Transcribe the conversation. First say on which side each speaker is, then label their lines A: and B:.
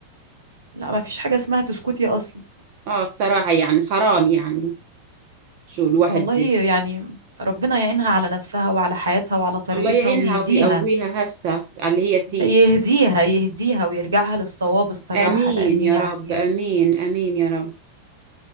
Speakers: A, on the right; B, on the right.
A: لا ما فيش حاجة اسمها تسكتي اصلا
B: اه الصراحة يعني حرام يعني شو الواحد
A: والله
B: بي.
A: يعني ربنا يعينها على نفسها وعلى حياتها وعلى طريقتها
B: الله يعينها
A: ويهديها
B: ويقويها هسه على اللي هي فيه
A: لا يهديها يهديها ويرجعها للصواب الصراحة
B: امين
A: لأن
B: يا
A: يعني
B: رب امين امين يا رب